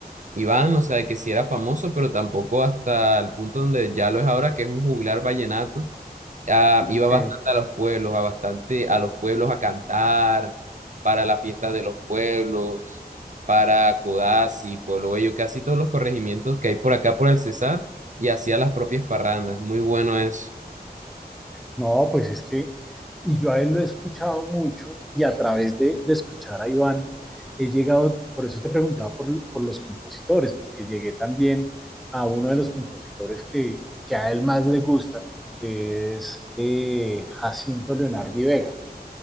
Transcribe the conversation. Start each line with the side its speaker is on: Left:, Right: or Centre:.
Right: Iván, o sea, que sí era famoso, pero tampoco hasta el punto donde ya lo es ahora, que es un juglar vallenato ah, iba
Centre: sí.
Right: bastante a los pueblos, a bastante a los pueblos a cantar para la fiesta de los pueblos para Codazzi, Pueblo Bello, casi todos los corregimientos que hay por acá por el Cesar y hacía las propias parrandas. Muy bueno eso.
Centre: No, pues es que, y yo a él lo he escuchado mucho y a través de, de escuchar a Iván, he llegado, por eso te preguntaba por, por los compositores, porque llegué también a uno de los compositores que, que a él más le gusta, que es eh, Jacinto Leonardi Vega,